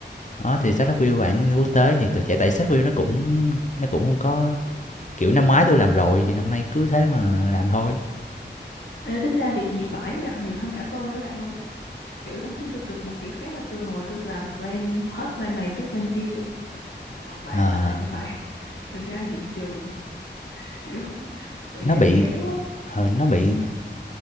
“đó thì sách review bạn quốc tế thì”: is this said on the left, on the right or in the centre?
Left